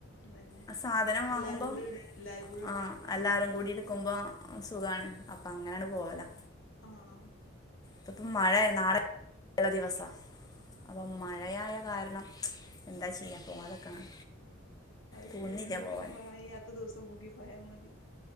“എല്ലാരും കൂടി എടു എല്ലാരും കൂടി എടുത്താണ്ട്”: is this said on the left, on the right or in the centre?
Left